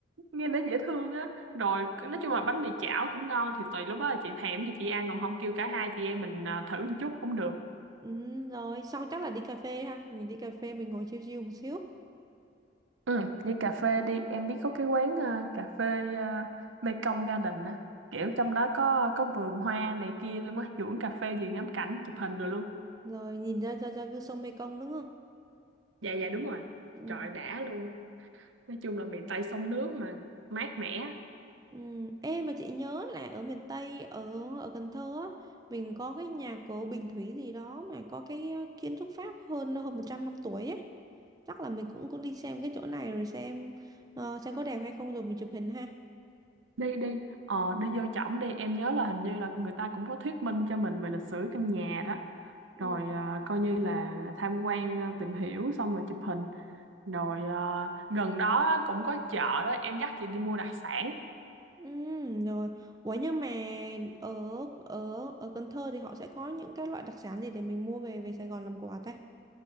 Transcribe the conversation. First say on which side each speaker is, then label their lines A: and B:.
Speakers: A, on the right; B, on the right.
A: nghe nó dễ thương á rồi c-
B: Ừ.
A: nói chung là bánh mì chảo cũng ngon thì tùy lúc đó là chị thèm gì chị ăn còn không kêu cả hai chị em mình à, thử một chút cũng được
B: Ừ, rồi xong chắc là đi cà phê ha mình đi cà phê mình ngồi chill chill một xíu
A: ừ đi cà phê đi em biết có cái quán à, cà phê à, Mekong Garden á kiểu trong đó có có vườn hoa này kia luôn á duỗi cà phê gì ngắm cảnh chụp hình rồi luôn
B: rồi nhìn ra ra ra view sông Mekong đúng không
A: dạ dạ đúng rồi
B: ừ.
A: trời đã luôn nói chung là miền Tây sông nước mà mát mẻ
B: Ừ. Ê mà chị nhớ là ở miền Tây ở ở Cần Thơ á, mình có cái nhà cổ Bình Thủy gì đó mà có cái ờ, kiến trúc Pháp hơn hơn 100 năm tuổi ấy chắc là mình cũng cũng đi xem cái chỗ này rồi xem ờ, xem có đẹp hay không rồi mình chụp hình ha
A: đi đi ờ đi vô trỏng đi em nhớ là hình như là người ta cũng có thuyết minh cho mình về lịch sử căn nhà đó
B: ừ.
A: rồi à, coi như là, là tham quan à, tìm hiểu xong rồi chụp hình rồi à, gần đó á, cũng có chợ đó em dắt chị đi mua đặc sản
B: Ừ, rồi ủa nhưng mà ở ở ở Cần Thơ thì họ sẽ có những cái loại đặc sản gì để mình mua về về Sài Gòn làm quà ta